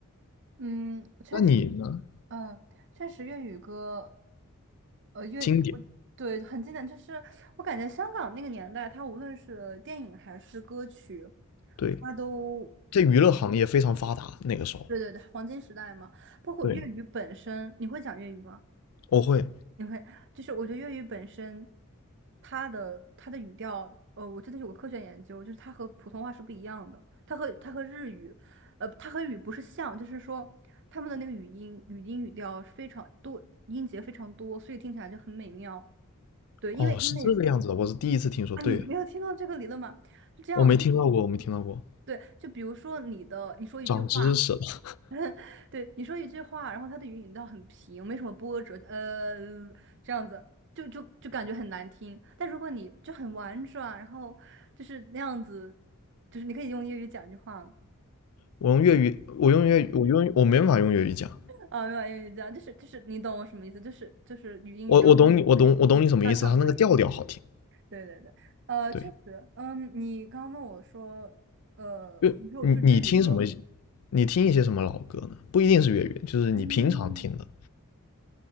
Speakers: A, on the right; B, on the left.
A: 嗯，确实，
B: 那你呢？
A: 嗯，确实粤语歌，呃，粤，
B: 经典，
A: 我对，很经典，就是我感觉香港那个年代，它无论是电影还是歌曲，
B: 对，
A: 它都，
B: 在娱乐行业非常发达那个时候。
A: 对对对，黄金时代嘛，包括粤语本身，
B: 对，
A: 你会讲粤语吗？
B: 我会。
A: 你会，就是我觉得粤语本身，它的它的语调，呃，我真的有个科学研究，就是它和普通话是不一样的，它和它和日语，呃，它和日语不是像，就是说他们的那个语音语音语调是非常多，音节非常多，所以听起来就很美妙。对，
B: 哦，
A: 因为因为
B: 是这个样子的，我是第一次听说。
A: 啊，
B: 对，
A: 你没有听到这个理论吗？是这样的，
B: 我没听到过，我没听到过，
A: 对，就比如说你的你说一句话，
B: 长知识了。<laughs>
A: <laughs> 对，你说一句话，然后它的语音调很平，没什么波折，呃，这样子就就就感觉很难听。但如果你就很婉转，然后就是那样子，就是你可以用粤语讲一句话
B: 我用粤语，我用粤语，我用我没办法用粤语讲。
A: 啊，没有用粤语讲，就是就是你懂我什么意思，就是就是语音语调很点，
B: 我我懂你，我懂我懂你什么意思，
A: 像唱歌一样。
B: 他那个调调好听，
A: 对对对，呃，
B: 对，
A: 确实，嗯，你刚刚问我说，呃，
B: 就你你听什么，
A: 你说我就是粤语歌，
B: 你听一些什么老歌呢？不一定是粤语，就是你平常听的，
A: 嗯。